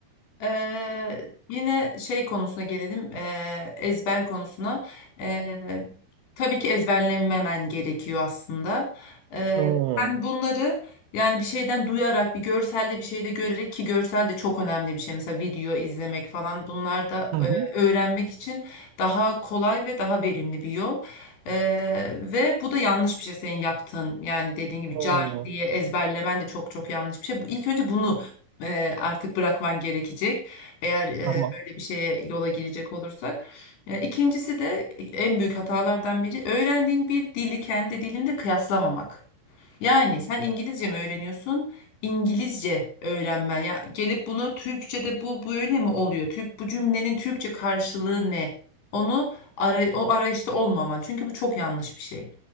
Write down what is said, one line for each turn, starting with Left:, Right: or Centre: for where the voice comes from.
Left: Eee, yine şey konusuna gelelim, eee, ezber konusuna. Eee, tabii ki ezberlememen gerekiyor aslında. Eee
Right: Hı. Hı
Left: sen bunları yani bir şeyden duyarak, bir görselde bir şeyde görerek ki görsel de çok önemli bir şey. Mesela video izlemek falan bunlar da
Right: hı.
Left: eee, öğrenmek için daha kolay ve daha verimli bir yol. Eee, ve bu da yanlış bir şey senin yaptığın. Yani dediğin gibi
Right: Hı,
Left: car diye ezberlemen de çok çok yanlış bir şey. Bu- İlk önce bunu e, artık bırakman gerekecek. Eğer e,
Right: tamam.
Left: böyle bir şeye yola girecek olursak. E, İkincisi de en büyük hatalardan biri öğrendiğin bir dili kendi dilinde kıyaslamamak. Yani
Right: Hı.
Left: sen İngilizce mi öğreniyorsun? İngilizce öğrenmen ya gelip bunu Türkçe'de bu böyle mi oluyor? Türk bu cümlenin Türkçe karşılığı ne? Onu ara, o arayışta olmaman. Çünkü bu çok yanlış bir şey.